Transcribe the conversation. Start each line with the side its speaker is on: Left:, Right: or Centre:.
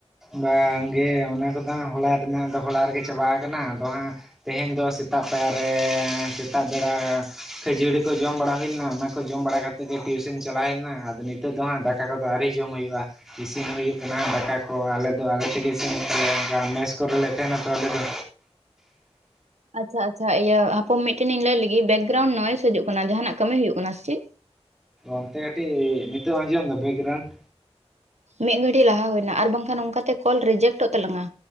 Centre: ᱵᱟᱝ ᱜᱮ ᱚᱱᱟ ᱠᱚᱫᱚ ᱦᱟᱜ ᱦᱚᱞᱟ ᱨᱮᱱᱟᱜ ᱫᱚᱦᱚ ᱞᱟᱦᱟ ᱨᱮᱜᱮ ᱪᱟᱵᱟ ᱠᱟᱱᱟ ᱟᱫᱚ ᱦᱟᱜ ᱛᱮᱦᱮᱧ ᱫᱚ ᱥᱮᱛᱟᱜ ᱯᱟᱭᱟᱨ ᱨᱮ ᱥᱮᱛᱟᱜ ᱵᱮᱲᱟ ᱠᱷᱟᱹᱡᱟᱹᱲᱤ ᱠᱚ ᱡᱚᱢ ᱵᱟᱲᱟ ᱦᱩᱭ ᱞᱮᱱᱟ ᱚᱱᱟ ᱠᱚ ᱡᱚᱢ ᱵᱟᱲᱟ ᱠᱟᱛᱮ ᱱᱤᱛᱚᱜ ᱜᱮ ᱴᱤᱭᱩᱥᱚᱱ ᱪᱟᱞᱟᱣ ᱦᱮᱡ ᱮᱱᱟ ᱟᱫᱚ ᱱᱤᱛᱚᱜ ᱫᱚ ᱦᱟᱜ ᱫᱟᱠᱟ ᱠᱚᱫᱚ ᱟᱣᱨᱤ ᱡᱚᱢ ᱦᱩᱭᱩᱜ-ᱟ ᱤᱥᱤᱱ ᱦᱩᱭᱩᱜ ᱠᱟᱱᱟ ᱫᱟᱠᱟ ᱠᱚ ᱟᱞᱮ ᱫᱚ ᱟᱞᱮ ᱛᱮᱜᱮ ᱤᱥᱤᱱ ᱦᱩᱭᱩᱜ ᱛᱟᱞᱮᱭᱟ ᱚᱱᱠᱟ ᱢᱮᱥ ᱠᱚ ᱨᱮᱞᱮ ᱛᱟᱦᱮᱱᱟ ᱛᱚ ᱟᱞᱮ ᱫᱚ᱾
Right: ᱟᱪᱪᱷᱟ ᱟᱪᱪᱷᱟ ᱤᱭᱟᱹ ᱦᱟᱯᱚᱢ ᱢᱤᱫᱴᱮᱱ ᱤᱧ ᱞᱟᱹᱭ ᱞᱮᱜᱤ ᱵᱮᱠᱜᱨᱟᱣᱩᱱᱰ ᱱᱚᱭᱮᱥ ᱦᱤᱡᱩᱜ ᱠᱟᱱᱟ ᱡᱟᱦᱟᱱᱟᱜ ᱠᱟᱹᱢᱤ ᱦᱩᱭᱩᱜ ᱠᱟᱱᱟ ᱥᱤᱪᱤᱫ?
Centre: ᱚᱱᱛᱮ ᱠᱟᱹᱴᱤᱡ ᱱᱤᱛᱚᱜ ᱟᱸᱡᱚᱢ ᱮᱫᱟ ᱵᱮᱠᱜᱨᱟᱣᱩᱱᱰ?
Right: ᱢᱤᱫ ᱜᱷᱟᱹᱲᱤ ᱞᱟᱦᱟ ᱦᱩᱭᱱᱟ ᱟᱨ ᱵᱟᱝᱠᱷᱟᱱ ᱚᱱᱠᱟᱛᱮ ᱠᱚᱞ ᱨᱮᱡᱮᱴ ᱚᱜ ᱛᱟᱞᱟᱝ-ᱟ᱾